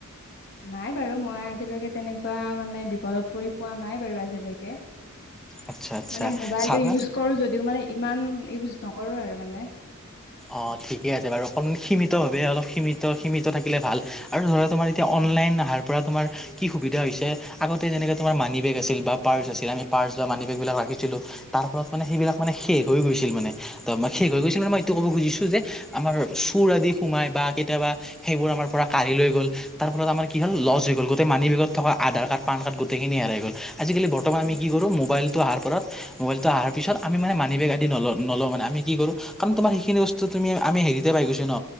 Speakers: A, on the left (about 50°); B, in the centre.
A: নাই বাৰু মই আজিলৈকে তেনেকুৱা মানে বিপদত পৰি পোৱা নাই বাৰু আজিলৈকে।
B: আচ্ছা আচ্ছা
A: মানে মোবাইলটো
B: চাবা
A: ইউজ কৰো যদিও মানে ইমান ইউজ নকৰো আৰু মানে।
B: অ ঠিকে আছে বাৰু অকণমান সীমিত ভাৱে অলপ সীমিত সীমিত থাকিলে ভাল আৰু ধৰা তোমাৰ এতিয়া
A: হয়
B: অনলাইন
A: হয়
B: আহাৰ পৰা তোমাৰ কি সুবিধা হৈছে আগতে যেনেকে তোমাৰ মানি বেগ আছিল বা পাৰ্চ আছিল আমি পাৰ্চ বা মানি বেগবিলাক ৰাখিছিলোঁ। তাৰ ফলত মানে সেইবিলাক মানে শেষ হৈ গৈছিল মানে ত শেষ হৈ গৈছিল ম মই এইটো
A: হয়
B: ক'ব খুজিছো যে আমাৰ চুৰ আদি সোমাই বা কেতিয়াবা সেইবোৰ আমাৰ পৰা কাঢ়ি লৈ গ'ল তাৰ ফলত আমাৰ কি হ'ল লজ হৈ গ' গোটেই মানিেগত থকা আধাৰ কাৰ্ড পান্ গোটেইখিনি হেই গ'ল আজিকালিৰ্তমান
A: হয়
B: আমি কি
A: হয়
B: কৰো মোবাইল ত মোবাইলত অহাৰ পিছত আমি মে মানি বেগ আদি ন নল মে আমি কি কৰো কাৰন তোমাৰ সেইখিনি বস্তু তুমি আমি হেৰিতে পাই গৈছি ন,